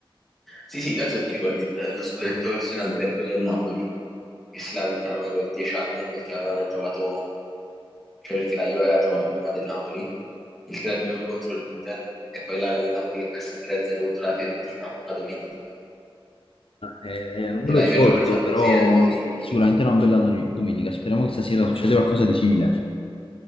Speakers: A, in the centre; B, on the left (about 70°).
A: Sì, sì, non so se ti ricordi il- lo scudetto versione Albergo del Napoli, che si lamentarono per dieci anni perché avevano giocato cioè perché la Juve aveva giocato prima del Napoli, il 3-2 contro l'Inter e poi la, il Napoli che perse 3-0 contro la Fiorentina la domenica.
B: Eh, non
A: Che
B: me
A: la
B: lo ricordo,
A: Juve gioca di sabato
B: però
A: sera e la Napoli di domenica.
B: sicuramente è una bella doni- domenica. Speriamo che stasera succeda qualcosa di simile.